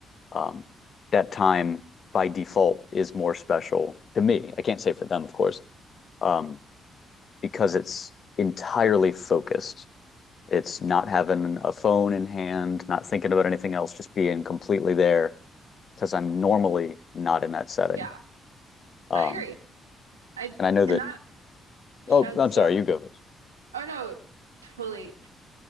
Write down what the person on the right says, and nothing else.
Yeah,
I agree. I
and
that
sheds
some.
Oh no, totally.